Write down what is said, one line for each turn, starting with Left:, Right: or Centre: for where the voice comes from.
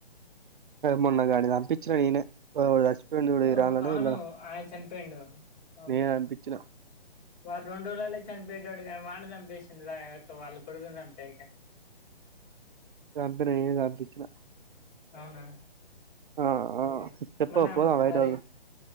Right: మొన్న గాన్నీ చంపించిన నేనే మొన్నొకడు చచ్చిపోయిండు చూడు
Left: ఓ
Right: ఇరాన్లనో
Left: అవును
Right: ఎన్నో
Left: ఆయన చనిపోయిండు
Right: నేనే చంపించిన
Left: వాడు రెండు రోజులల్ల చనిపోయేటోడు కానీ వాడిని చంపేసింది వాళ్ళ కొడుకుని చంపేయక
Right: చంపి నేనే చంపించిన
Left: అవునా
Right: ఆ ఆ
Left: అయ్యో
Right: చెప్పవ
Left: మొన్న
Right: పోదాం బయట
Left: మరి
Right: వరకు